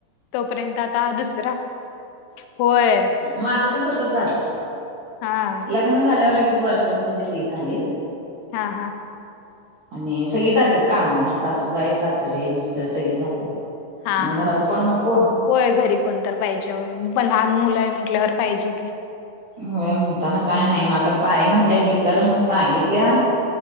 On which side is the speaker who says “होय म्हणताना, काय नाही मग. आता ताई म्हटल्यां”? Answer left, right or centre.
Right